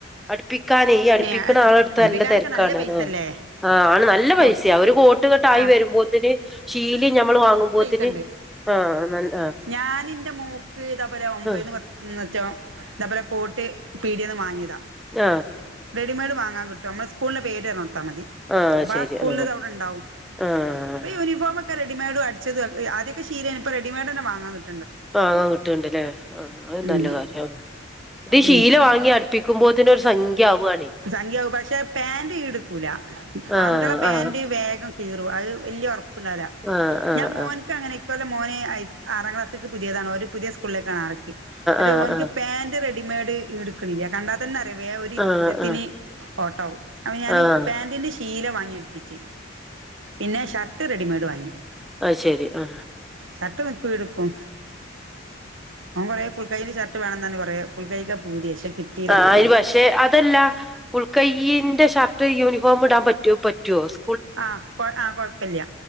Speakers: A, in the centre; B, on the right.
A: അടുപ്പിക്കാൻ ഈ അടുപ്പിക്കുന്ന
B: ഏ
A: ആള അടുത്ത്
B: അടുപ്പിക്കാനൊക്കെ
A: നല്ല തിരക്കാണ്
B: നല്ല പൈസല്ലേ
A: ആ ആണ് നല്ല പൈസ
B: കോ
A: ഒരു കോട്ട്ങ്ങെട്ട ആയി
B: ആ
A: വരുമ്പോത്തിന് ശീലിം നമ്മൾ വാങ്ങുമ്പോത്തിന്
B: ണ്ട്
A: ആഹ് നല്ല
B: ഞാനിന്റെ മോക്ക് ഇതാപലെ ഒൻപതിന്
A: ആഹ്
B: പത്തന്നറ്റോ ന്താ പോലെ കോട്ട് പീടിയന്ന് വാങ്ങിയതാ
A: ആ
B: റെഡിമെയ്ഡ് വാങ്ങാൻ കിട്ടും നമ്മള് സ്കൂളിന്റെ പേര് പറഞ്ഞുകൊടുത്താമതി
A: ആഹ് ആഹ്
B: അപ്പൊ
A: ശരി
B: ആ സ്ക്കൂളിന്റെത്
A: ആഹ്
B: അവിടെണ്ടാവും
A: ആഹ്
B: ഇപ്പ യൂണിഫോമൊക്കെ റെഡിമെയ്ഡും അടിച്ചത് ആദ്യക്കെ ശീലനും ഇപ്പൊ റെഡിമെയ്ഡ്ന്നെ വാങ്ങാൻ കിട്ടും കട്ടും
A: ആ കിട്ടണ്ടല്ലേ ആഹ അത് നല്ല
B: ഉം
A: കാര്യാണ് ഇത് ശീല
B: ഉം
A: വാങ്ങി അടുപ്പിക്കുമ്പോത്തി ത്തിന് ഒരു സംഖ്യ ആവുവാണെ
B: സംഖ്യാവും പക്ഷെ പാന്റ്ഈടുക്കൂല
A: ആഹ്
B: ആൺകുട്ടോളെ പാന്റ്
A: ആഹ്
B: വേഗം കീറും അത് വലിയ ഉറപ്പ പ്പ്ണ്ടാവില്ല
A: ആഹ് ആഹ്
B: ഞാൻ മോൻക്കങ്ങനെ
A: ആഹ്
B: ഈ കൊല്ലം ലെമോൻ ഹൈസ് ആറാം ക്ലാസ്ക്ക് പുതിയതാണ് ഓര്പുതിയ സ്കൂളിലേക്ക് ആക്കി ന്നിട്ട്
A: ആഹ് ആഹ് ആഹ്
B: ഒരുപാന്റ് റെഡ ഡിമേട് ഇടുക്കണ്ല്ല കണ്ടാതന്നെ അറിയ വേഒരു
A: ആഹ്
B: ഉ എത്തിന്
A: ആഹ് ആഹ്
B: ഓട്ടാവും അപ്പൊ ഞാനി
A: ആഹ് ആഹ്
B: പാാന്റിന്റെ ശീല വാങ്ങി പിച്ച് പിന്നെ ഷർട്ട് റെഡിമെയഡ് വാങ്ങി
A: അയ്ശെരി ആ
B: ഷർട്ട് നിക്കും ഈടുക്കും ഓർ കുറെ ഫുൾക്കൈന്റെ ഷർട്ട് വേണം പറഞ്ഞ് കുറെ ഫുൾക്കെന്റെ പൂതിയ പക്ഷെ കിട്ടീല
A: ആ
B: ഫുൾ
A: അന്
B: കൈ
A: പക്ഷെ അതല്ല ഫുൾ ക്കൈയിന്റെ ഷർട്ട് യൂണിഫോം ഇടാൻ പറ്റു റ്റു പറ്റോസ്
B: ആ അ കൊഴപ്പില്ല